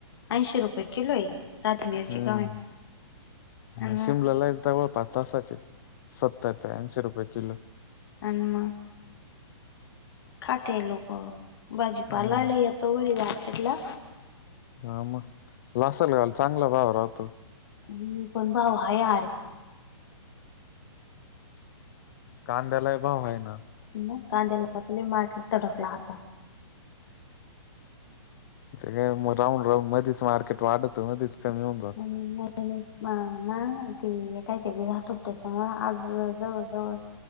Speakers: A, on the left; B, on the left.
A: ऐंशी रुपये किलो आहे साधी मिरची
B: हम्म
A: का होईना आणि
B: ह
A: मग
B: शिमलालाच लयदाव वोतात तासाचे सत्तर ते ऐंशी रुपये किलो
A: आ्मा खाते लोक बाजीपाला
B: हम्म
A: लईयातो बडी वाट ला
B: ह मग लासा लेवाल चांगला भाव राहतो
A: हम्म पण भाऊ हा यार
B: कांद्यालय भाव हाय ना
A: म कांद्याला तय मार्केट तडकला आता
B: सगळे मग राहून राहून मधीच मार्केट वाढत मध्येीच कमी होऊन जात
A: नाही नाही माना ते काहीतरी झालत त्याच्यामु आज जवळ जवळ